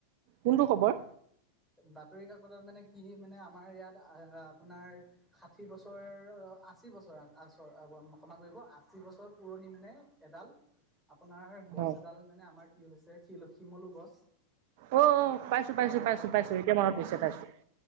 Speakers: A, on the right (about 50°); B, in the centre.
A: কোনটো খবৰ?
B: বাতৰি কাকতত মানে কি মানে আমাৰ ইয়াত আপোনাৰ ষাঠি বছৰ আশী বছৰ আগৰ ক্ষমা কৰিব আশী বছৰ পুৰণি মানে এডাল আপোনাৰ গছ
A: হয়
B: এডাল মানে আমাৰ কি হৈছে শিল শিমলু গছ
A: অ অ পাইছো পাইছো।
B: হয়
A: পাইছো এতিয়া মনত
B: হয়
A: পৰিছে পাইছো